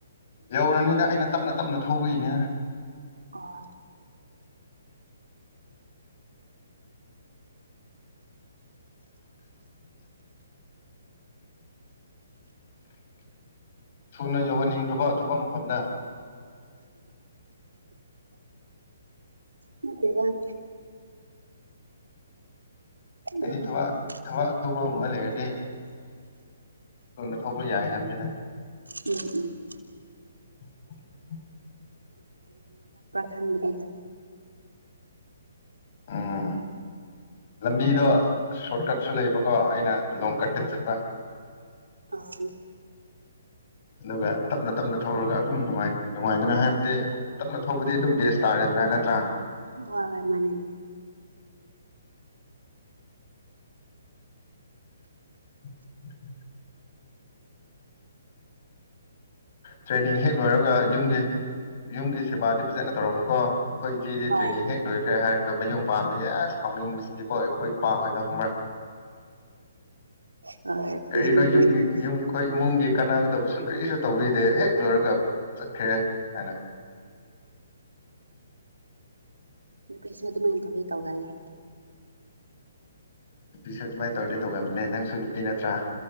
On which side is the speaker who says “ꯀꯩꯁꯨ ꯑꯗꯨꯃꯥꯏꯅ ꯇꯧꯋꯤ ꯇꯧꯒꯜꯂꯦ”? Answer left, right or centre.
Right